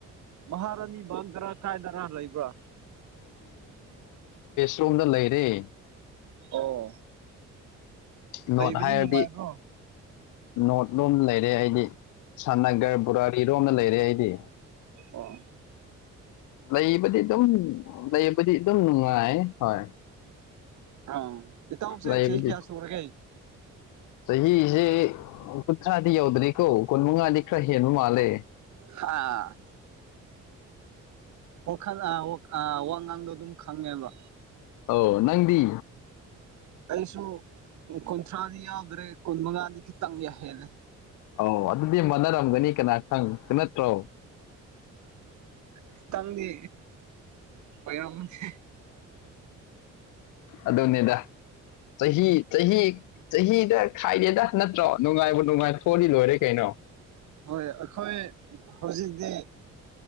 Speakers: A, on the right; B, on the left.
A: ꯃꯍꯥꯔ ꯑꯅꯤꯕꯪꯗꯔ ꯀꯥꯏꯗꯔ ꯂꯩꯕ꯭ꯔꯥ
B: ꯆꯣꯝꯗ ꯂꯩꯔꯦ
A: ꯑꯣ
B: ꯅꯣꯔꯠ
A: ꯂꯩꯕꯅꯤ
B: ꯍꯥꯏꯔꯗꯤ
A: ꯅꯨꯡꯉꯥꯏꯕ꯭ꯔꯣ
B: ꯅꯣꯔꯠ ꯂꯣꯝ ꯂꯩꯔꯦ ꯑꯩꯗꯤ ꯁꯥꯟꯅꯒꯔ ꯕꯔꯥꯔꯤ ꯂꯣꯝꯅ ꯂꯩꯔꯦ ꯑꯩꯗꯤ
A: ꯑ
B: ꯂꯩꯕꯗꯤ ꯑꯗꯨꯝ ꯂꯩꯕꯗꯤ ꯑꯗꯨꯝ ꯅꯨꯡꯉꯥꯏ ꯍꯣꯏ
A: ꯑ ꯏꯇꯥꯎꯁꯦ
B: ꯂꯩꯕꯗꯤ
A: ꯆꯍꯤ ꯀꯌꯥ ꯁꯨꯔꯒꯦ
B: ꯆꯍꯤꯁꯦ ꯀꯨꯟꯊ꯭ꯔꯥꯗꯤ ꯌꯧꯗ꯭ꯔꯤꯀꯣ ꯀꯨꯟ ꯃꯉꯥꯗꯤ ꯈꯔ ꯍꯦꯟꯕ ꯃꯥꯜꯂꯦ
A: ꯍꯥꯥ ꯋꯥꯈꯜ ꯋꯥ ꯉꯥꯡꯗꯣ ꯑꯗꯨꯝ ꯈꯪꯉꯦꯕ
B: ꯑꯥꯎ ꯅꯪꯗꯤ
A: ꯑꯩꯁꯨ ꯀꯨꯟꯊ꯭ꯔꯥꯗꯤ ꯌꯥꯎꯗ꯭ꯔꯦ ꯀꯨꯟ ꯃꯉꯥꯗꯤ ꯈꯤꯇꯪ ꯌꯥ ꯍꯦꯜꯂꯦ
B: ꯑꯣ ꯑꯗꯨꯗꯤ ꯃꯥꯟꯅꯔꯝꯒꯅꯤ ꯀꯅꯥ ꯈꯪ ꯅꯠꯇ꯭ꯔꯣ
A: ꯈꯤꯇꯪꯗꯤ ꯑꯣꯏꯔꯝꯅꯦ
B: ꯑꯗꯨꯅꯦꯗ ꯆꯍꯤ ꯆꯍꯤ ꯆꯍꯤꯗ ꯈꯥꯏꯗꯦꯗ ꯅꯠꯇ꯭ꯔꯣ ꯅꯨꯡꯉꯥꯏꯕꯨ ꯅꯨꯡꯉꯥꯏ ꯊꯣꯛꯣꯜꯂꯤ ꯂꯣꯏꯔꯦ ꯀꯩꯅꯣ
A: ꯍꯣꯏ ꯑꯩꯈꯣꯏ ꯍꯧꯖꯤꯛꯇꯤ